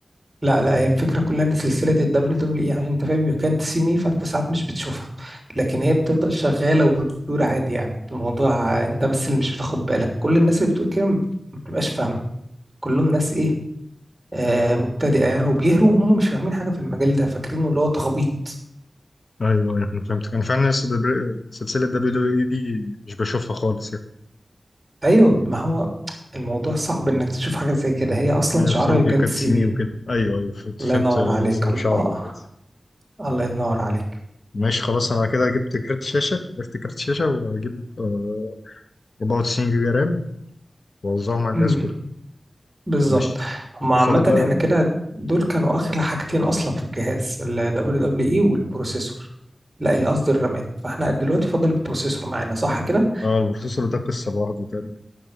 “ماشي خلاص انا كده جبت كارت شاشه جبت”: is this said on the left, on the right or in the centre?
Left